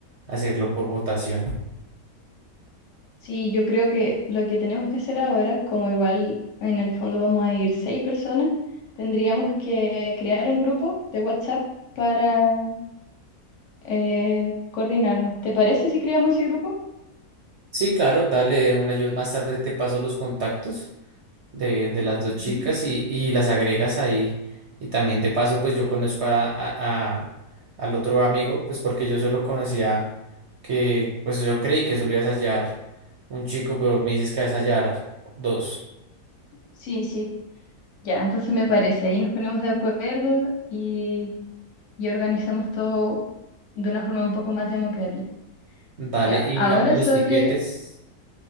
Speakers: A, on the right; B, on the left.
A: hacerlo por votación.
B: Sí, yo creo que lo que tenemos que hacer ahora, como igual en el fondo vamos a ir seis personas, tendríamos que crear un grupo de WhatsApp para eh, coordinarnos. ¿Te parece si creamos ese grupo?
A: Sí, claro, dale una. Yo más tarde te paso los contactos de, de las dos
B: Ujú.
A: chicas y, y las agregas ahí. Y también te paso, pues yo conozco a, a- a- al otro amigo, pues porque yo solo conocía que, pues yo creí que solo ibas a hallar un chico, pero me dices que vas a hallar dos.
B: Sí, sí. Ya, entonces me parece. Ahí nos ponemos de acuerdo y. y organizamos todo de una forma un poco más democrática.
A: Dale,
B: Ya,
A: y
B: ahora
A: digamos los
B: sobre,
A: tiquetes.